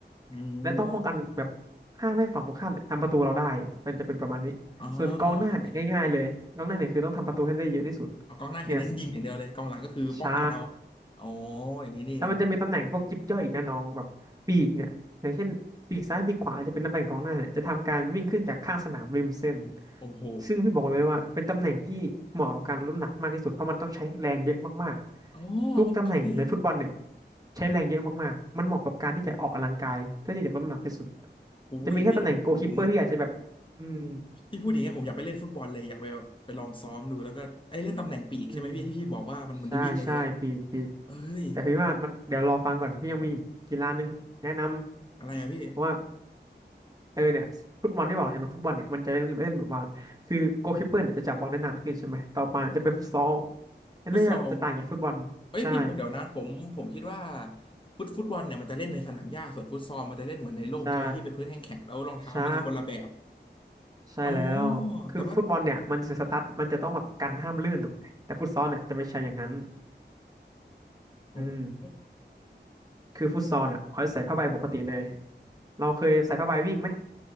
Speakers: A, on the left; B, on the right.
A: อืม
B: และต้องป้องกันแบบห้ามให้ฝั่งตรงข้ามเนี่ยทำประตูเราได้เป็นจะเป็นประมาณนี้ส่วนกองหน้าเนี่ยง่ายๆเลยกองหน้าเนี่ยคือต้องทำประตูให้ได้เยอะที่สุด
A: อ๋อโอเคเอากองหน้าคือเน้นยิงอย่างเดียวเลยกองหลังก็คือป้องกันเอา
B: เนี่ยใช่
A: อ๋ออย่างนี้นี่เอง
B: แล้วมันจะมีตำแหน่งพวกยิบย่อยอีกนะน้องแบบปีกเนี่ยอย่างเช่นปีกซ้ายปีกขวาจะเป็นตำแหน่งกองหน้าเนี่ยจะทำการวิ่งขึ้นจากข้างสนามริมเส้น
A: โอ้โห
B: ซึ่งพี่บอกเลยว่าเป็นตำแหน่งที่เหมาะกับการรับน้ำหนักมากที่สุดเพราะมันต้องใช้แรงเยอะมากๆทุกตำแหน่งในฟุตบอลเนี่ย
A: อ๋อครับพี่
B: ใช้แรงเยอะมากๆมันเหมาะกับการที่จะออกกำลังกายเพื่อที่จะลดน้ำหนักที่สุด
A: อุ้ยพี่ผมผม
B: จะมีแค่ตำแหน่งโกลคีปเปอร์ที่อาจจะแบบอืม
A: พี่พูดอย่างเงี้ยผมอยากไปเล่นฟุตบอลเลยอยากไปแบบไปลองซ้อมดูแล้วก็ไอ้เล่นตำแหน่งปีกใช่ไหมพี่ที่พี่บอกว่ามันมันได้วิ่งเยอะๆเอ้ย
B: อืมใช่ใช่ปีกปีกแต่พี่ว่ามันเดี๋ยวรอฟังก่อนพี่ยังมีอีกกีฬานึงแนะน
A: อะไรอะพี่
B: ำว่า เออเนี่ยฟุตบอลที่บอกเห็นไหมฟุตบอลเนี่ยมันจะเล่นเล่นแบบว่าคือโกลคีปเปอร์เนี่ยจะจับบอลได้นานขึ้นใช่ไหมต่อไปจะเป็นฟุตซอลอันนี้จะจะต่างจากฟุตบอลใช่
A: ฟุตซอลเอ้ยพี่เดี๋ยวนะผมผมคิดว่าฟุตฟุตบอลเนี่ยมันจะเล่นในสนามหญ้าส่วนฟุตซอลมันจะเล่นเหมือนในร่มใช่ไหมพี่เป็นพื้นแห้งแข็งแล้วรองเท้ามันจะคนละแบบ
B: ใช่ใช่ใช่แล้วคือฟุตบอลเนี่ยมันจะสตั๊ดมันจะต้องแบบกันห้ามลื่นถูกไหมแต่ฟุตซอลเนี่ยจะไม่ใช่อย่างนั้น
A: อ๋อแต่ว่าโอ้
B: อืมคือฟุตซอลเนี่ยเขาจะใส่ผ้าใบปกติเลยเราเคยใส่ผ้าใบวิ่งไหม